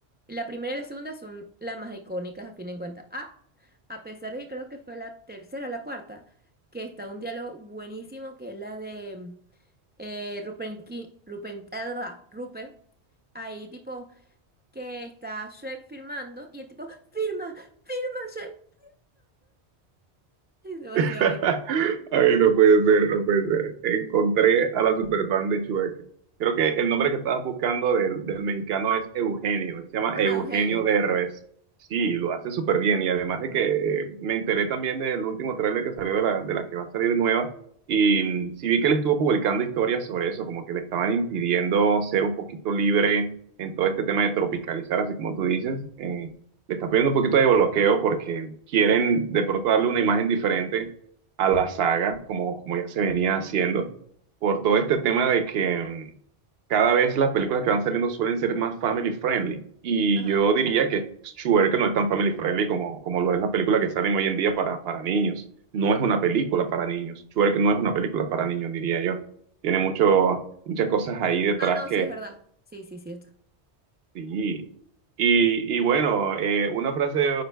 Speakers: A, on the right; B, on the right.
A: la primera y la segunda son las más icónicas a fin de cuentas. Ah, a pesar de que creo que fue la tercera o la cuarta, que está un diálogo buenísimo, que es la de eh, Rupert, Ki- Rupert, ah, ah, Rupert, ahí tipo que está Shrek firmando y el tipo, firma, firma Shrek. <laughs> Es demasiado
B: <laughs>
A: bueno.
B: Ay, no puede ser, no puede ser. Encontré a la superfan de Chueca. Creo que el nombre que estabas buscando del, del mexicano es Eugenio. Se llama
A: Ajá,
B: Eugenio
A: Eugenio.
B: de Derbez. Sí, lo hace súper bien. Y además de que eh, me enteré también del último tráiler que salió de la, de la que va a salir nueva. Y mm, sí vi que él estuvo publicando historias sobre eso, como que le estaban impidiendo ser un poquito libre en todo este tema de tropicalizar, así como tú dices. eh, le está pidiendo un poquito de bloqueo porque quieren de pronto darle una imagen diferente a la saga, como, como ya se venía haciendo, por todo este tema de que mm, cada vez las películas que van saliendo suelen ser más family friendly. Y
A: Ajá.
B: yo diría que Schuer, no es tan family friendly como, como lo es la película que salen hoy en día para, para niños. No es una película para niños. Schuer, no es una película para niños, diría yo. Tiene mucho, muchas cosas ahí detrás
A: Ah, no, sí, es verdad. Sí, sí, cierto.
B: Sí. Y, y bueno, eh, una frase